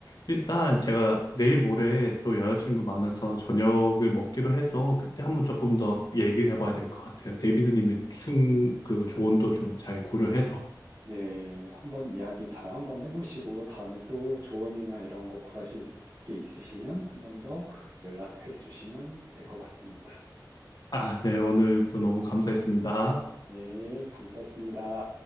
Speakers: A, on the left (about 60°); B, on the right (about 45°).
A: 일단 제가 내일 모레 또 여자친구 만나서 저녁을 먹기로 해서 그때 한번 조금 더 얘기를 해봐야 될 것 같아요. 데이비드님의 충 그 조언도 좀 잘 고려해서
B: 네, 한번 이야기 잘 한번 해보시고 다음에 또 조언이나 이런 거 구하실 게 있으시면 한번 더 연락해 주시면 될 것 같습니다.
A: 아, 네 오늘 또 너무 감사했습니다.
B: 네, 감사했습니다.